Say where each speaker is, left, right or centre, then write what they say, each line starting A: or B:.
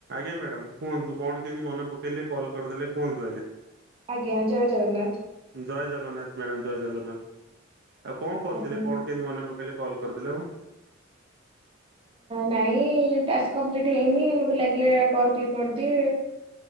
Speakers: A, on the right; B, on the right.
A: ଆଜ୍ଞା ମ୍ୟାଡାମ କୁହନ୍ତୁ କଣ କେମିତି ମନ ପକେଇଲେ କଲ କରିଦେଲେ କୁହନ୍ତୁ ଆଜ୍ଞା?
B: ଆଜ୍ଞା ଜୟ ଜଗନ୍ନାଥ।
A: ଜୟ ଜଗନ୍ନାଥ ମ୍ୟାଡ଼ାମ ଜୟ ଜଗନ୍ନାଥ ଆଉ କଣ କରୁଥିଲେ
B: ଆଜ୍ଞା।
A: କଣ? କେମିତି ମନେ ପକେଇଲେ କରିଦେଲେ ଆଉ।
B: ନାଇଁ ଟାସ୍କ କମ୍ପ୍ଲିଲିଟ୍ ହେଇନି ମତେ ଲାଗିଲା କଲ ଟିକେ କରିଦିଏ।